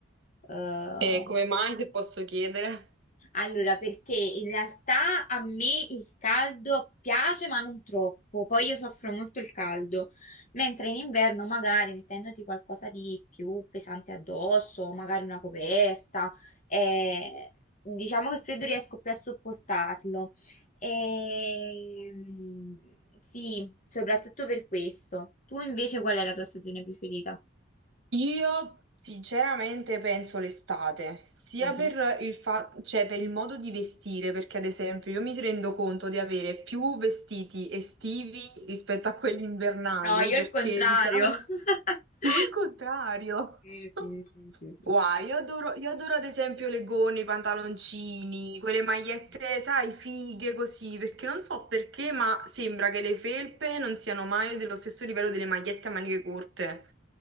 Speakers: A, on the left; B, on the right.
A: Eh,
B: E come mai ti posso chiedere?
A: allora, perché in realtà a me il caldo piace, ma non troppo. Poi io soffro molto il caldo, mentre in inverno magari mettendoti qualcosa di più pesante addosso, magari una coperta, eh, diciamo che il freddo riesco più a sopportarlo. Ehm, sì, soprattutto per questo. Tu invece qual è la tua stagione preferita?
B: Io sinceramente penso l'estate, sia
A: Mhm.
B: per il fa- cioè, per il modo di vestire, perché ad esempio io mi rendo conto di avere più vestiti estivi rispetto a quelli invernali,
A: No, io
B: perché
A: il contrario.
B: sinceramente
A: <laughs>
B: Tu il contrario.
A: Sì, sì,
B: <laughs>
A: sì, sì, sì.
B: Wow, io adoro, io adoro ad esempio le gonne, i pantaloncini, quelle magliette, sai, fighe così, perché non so perché, ma sembra che le felpe non siano mai dello stesso livello delle magliette a maniche corte.